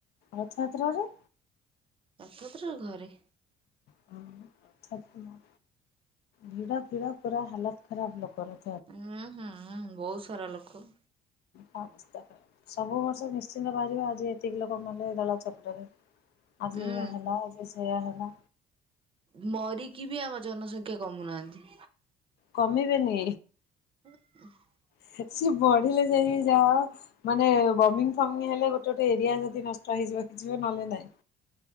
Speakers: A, on the left; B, on the right.
A: ରଥଯାତ୍ରାରେ?
B: ରଥଯାତ୍ରାରେ ଘରେ
A: କାହୁନା ଆତ୍ମ। ଭିଡ଼ ଫିଡ଼ ପୁରା ହାଲତ ଖରାପ ଲୋକର।
B: ହୁଁ ହୁଁ ହୁଁ ବହୁତ ସାରା ଲୋକ।
A: ହଁ ବସିଥା ସବୁ ବର୍ଷ ନିଶ୍ଚିନ୍ତ ବାହାରିବ ଆଜି ଏତିକି ଲୋକ ମଲେ ଦଳା ଚକଟାରେ। ଆଜି
B: ଉଁ
A: ଏୟା ହେଲା ଆଜି ସେୟା ହେଲା।
B: ମ ମରିକି ବି ଆମ ଜନସଂଖ୍ୟା କମୁନାହାନ୍ତି।
A: କମିବେନି?
B: ଓଃ <unintelligible>
A: ସେ ସି ବଢିଲେ ଯାଇକି ଯାଅ ମାନେ ବମିଂ ଫମିଂ ହେଲେ ଗୋଟେ ଗୋଟେ ଏରିଆ ଯଦି ନଷ୍ଟ ହେଇଯିବ କିଛିିବି ନହେଲେ ନାଇଁ।